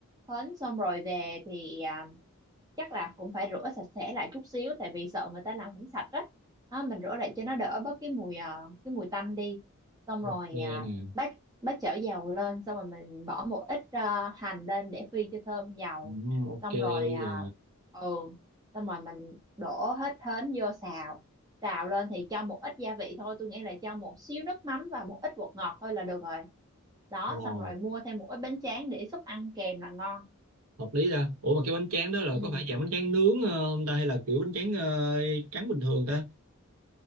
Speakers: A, on the right; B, on the right.
A: hến xong rồi về thì à, chắc là cũng phải rửa sạch sẽ lại chút xíu tại vì sợ người ta làm không sạch á Đó, mình rửa lại cho nó đỡ bớt cái mùi à, cái mùi tanh đi xong rồi
B: ok
A: à,
B: nè
A: bắt bắt chảo dầu lên xong rồi mình bỏ một ít à, hành lên để phi cho thơm dầu
B: ừ, ok
A: xong rồi à,
B: giờ
A: ừ xong rồi mình đổ hết hến vô xào xào lên thì cho một ít gia vị thôi tôi nghĩ là cho một xíu nước mắm và một ít bột ngọt thôi là được rồi đó
B: Ồ.
A: xong rồi mua thêm một ít bánh tráng để xúc ăn kèm là ngon
B: hợp lý ra ủa mà cái bánh tráng đó là
A: ừ.
B: có phải dạng bánh tráng nướng ờ, không ta hay là kiểu bánh tráng ờ, trắng bình thường ta